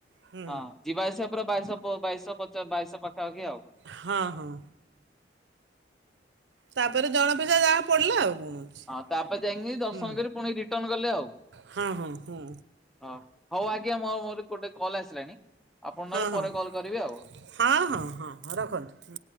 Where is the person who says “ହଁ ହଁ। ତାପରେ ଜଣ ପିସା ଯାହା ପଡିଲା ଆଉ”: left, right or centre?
Right